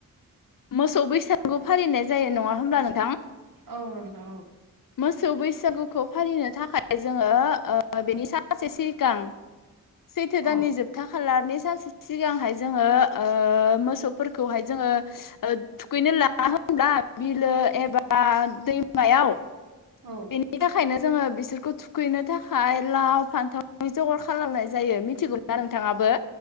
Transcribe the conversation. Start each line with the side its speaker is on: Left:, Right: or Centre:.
Left: मोसौ बैसागु फालिनाय जायो नङा होमब्ला नों
Right: औ नोंथां औ।
Left: मोस सौ बैसागुखौ फालिनो थाखाय जों ओ ओ बेनि <unintelligible> सिगां सैथो दाननि
Right: औ
Left: जोबथा खालारनि सानसे सिगांहाय जोङो ओ मोसौफोरखौहाय जोङो ओ थुखैनो लाङा होनब्ला बिलो एबा दैमायाव?
Right: औ
Left: बेनि थाखायनो जोङो बिसोरखौ थुखैनो थाखाय लाव फान्थाव जगार खालामनाय जायो मिथिगौना नोंथाङाबो?